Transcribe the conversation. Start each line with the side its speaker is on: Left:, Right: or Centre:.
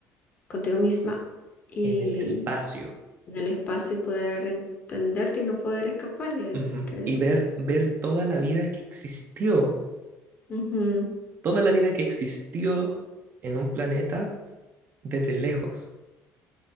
Left: contigo misma y
Right: En el espacio.
Left: en el espacio y poder entenderte y no poder escapar de ahí,
Right: Ujú.
Left: porque
Right: Y ver, ver toda la vida que existió,
Left: ujú,
Right: toda la vida que existió en un planeta desde lejos.